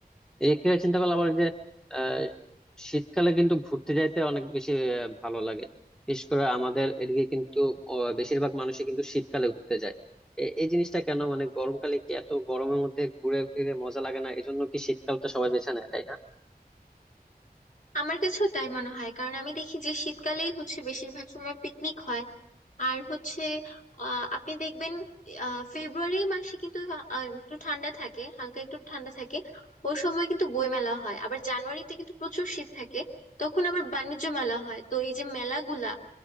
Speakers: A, in the centre; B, on the left.
A: এই ক্ষেত্রে চিন্তা করলে আবার যে আহ, শীতকালে কিন্তু ঘুরতে যাইতে অনেক বেশি আহ, ভালো লাগে বিশেষ করে আমাদের এদিকে কিন্তু আহ, বেশিরভাগ মানুষই কিন্তু শীতকালে ঘুরতে যায় এ- এই জিনিসটা কেন মানে গরমকালে কি এত গরমের মধ্যে ঘুরে ফিরে মজা লাগে না এই জন্য কি শীতকালটা সবাই বেছে নেয় তাই না
B: আমার কাছেও তাই মনে হয় কারণ আমি দেখি যে শীতকালেই হচ্ছে বেশিরভাগ সময় পিকনিক হয় আর হচ্ছে আহ, আপনি দেখবেন আহ, ফেব্রুয়ারি মাসে কিন্তু আহ, একটু ঠান্ডা থাকে হালকা একটু ঠান্ডা থাকে ওই সময় কিন্তু বই মেলা হয় আবার জানুয়ারিতে কিন্তু প্রচুর শীত থাকে তখন আবার বাণিজ্য মেলা হয় তো এই যে মেলাগুলা